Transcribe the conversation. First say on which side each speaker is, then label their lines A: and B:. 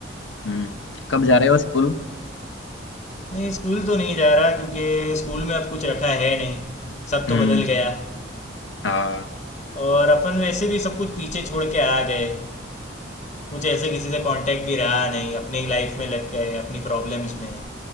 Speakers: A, on the left (about 80°); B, on the left (about 35°).
A: हम्म कब जा रहे हो स्कूल
B: नहीं स्कूल तो नहीं जा रहा क्योंकि स्कूल में अब कुछ रखा है नहीं सब तो
A: हम्म
B: बदल गया
A: हाँ
B: और अपन वैसे भी सब कुछ पीछे छोड़ के आ गए कुछ ऐसे किसी से कांटेक्ट भी रहा नहीं अपनी ही लाइफ में लग गए अपनी प्रॉब्लम्स में